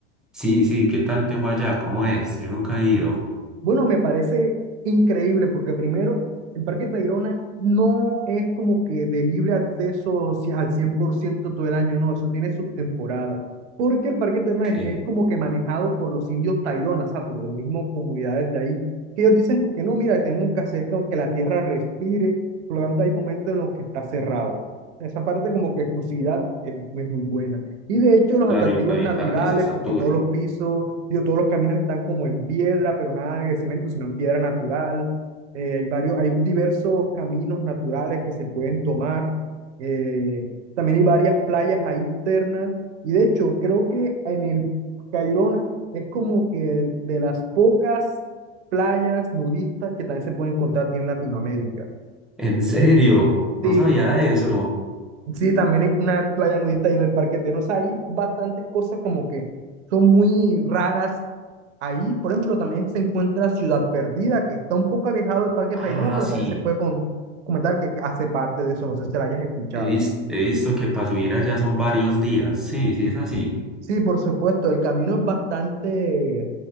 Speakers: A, in the centre; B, on the right.
A: Sí, sí, ¿qué tal te fue allá? ¿Cómo es? Yo nunca he ido.
B: Bueno, me parece increíble porque primero, el Parque Tayrona no es como que de libre acceso ci- al 100% todo el año, no, eso tiene sus temporadas. Porque el Parque Tayrona
A: que
B: es, es como que manejado por los indios Tayrona, o sea, por las mismas comunidades de ahí, que ellos dicen que no, mira, tenemos que hacer como que la tierra respire, por lo tanto hay momentos en los que está cerrado. Esa parte como que exclusividad es, es muy buena. Y de hecho los
A: Claro,
B: atractivos
A: y para evitar
B: naturales,
A: que se sature.
B: porque todos los pisos, digo, todos los caminos están como en piedra, pero nada de cemento, sino en piedra natural. Eh, hay varios, hay diversos caminos naturales que se pueden tomar. Eh, también hay varias playas ahí internas. Y de hecho, creo que en el Cairona es como que de las pocas playas nudistas que también se pueden encontrar aquí en Latinoamérica.
A: <laughs> ¿En serio? No
B: Sí,
A: sabía eso.
B: Sí, también hay una playa nudista ahí en el Parque Terno. O sea, hay bastantes cosas como que son muy raras ahí. Por ejemplo, también se encuentra Ciudad Perdida, que está un poco alejado del Parque
A: Ah,
B: Tayrona, pero
A: sí.
B: también se puede con- comentar que hace parte de eso. No sé si la hayas escuchado.
A: He vis- he visto que para subir allá son varios días. Sí, sí es así.
B: Sí, por supuesto, el camino es bastante